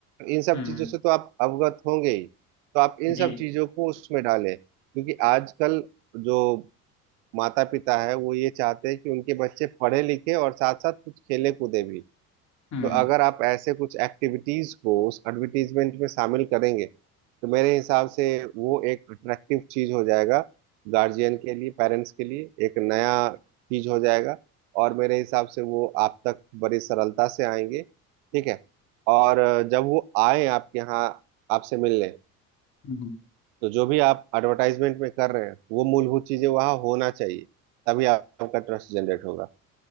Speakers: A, on the right (about 50°); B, on the left (about 35°).
A: इन सब
B: हम्म
A: चीजों से तो आप अवगत होंगे ही तो आप इन
B: जी
A: सब चीजों को उसमें डालें क्योंकि आजकल जो माता पिता है वो ये चाहते हैं कि उनके बच्चे पढ़े लिखे और साथ साथ कुछ खेले कूदे भी
B: हम्म
A: तो अगर आप ऐसे कुछ एक्टिविटीज को उस एडवर्टीजमेंट में शामिल करेंगे तो मेरे हिसाब से वो एक अट्रैक्टिव चीज हो जाएगा गार्जियन के लिए पेरेंट्स के लिए एक नया चीज हो जाएगा और मेरे हिसाब से वो आप तक बड़ी सरलता से आएंगे ठीक है और अ, जब वो आए आपके यहाँ आपसे मिलने
B: हम्म,
A: तो जो भी आप एडवर्टाइजमेंट में कर रहे हैं वो मूलभूत चीजें वहाँ होना चाहिए तभी आपका ट्रस्ट जनरेट होगा